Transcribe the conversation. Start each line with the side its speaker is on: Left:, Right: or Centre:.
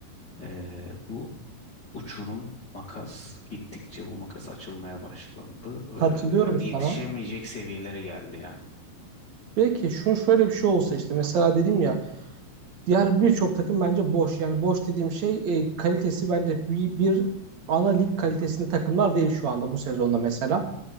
Left: e, bu uçurum makas gittikçe bu makas açılmaya başlandı ve
Right: Katılıyorum
Left: yani
Right: sana.
Left: yetişemeyecek seviyelere geldi yani.
Right: Belki şunu şöyle bir şey olsa işte mesela dedim ya diğer birçok takım bence boş. Yani boş dediğim şey e, kalitesi bence bir, bir ana lig kalitesinde takımlar değil şu anda bu sezonda mesela.